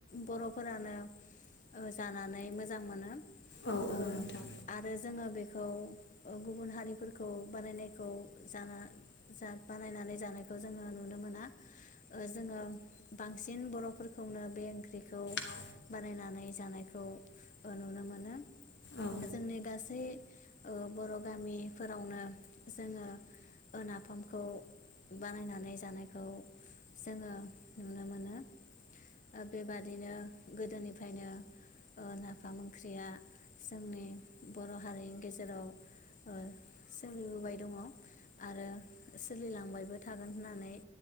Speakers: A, on the left (about 40°); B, on the left (about 55°).
A: बर'फोरानो ओ जानानै मोजां मोनो
B: औ औ
A: ओ
B: नोंथां
A: आरो जोङो बेखौ ओ गुबुन हारिफोरखौ बानायनायखौ जाना जा बानायनानै जानायखौ जोङो नुनो मोना ओ जोङो बांसिन बर'फोरखौनो बे ओंख्रिखौ
B: औ
A: बानायनानै जानायखौ ओ नुनो मोनो
B: औ
A: जोंनि गासै ओ बर' गामिफोरावनो जोङो ओ नाफामखौ बानायनानै जानायखौ जोङो नुनो मोनो ओ बेबादिनो गोदोनिफ्रायनो ओ नाफाम ओंख्रिया जोंनि बर'हारिनि गेजेराव ओ सोलिबोबाय दङ आरो सोलिलांबायबो थागोन होननानै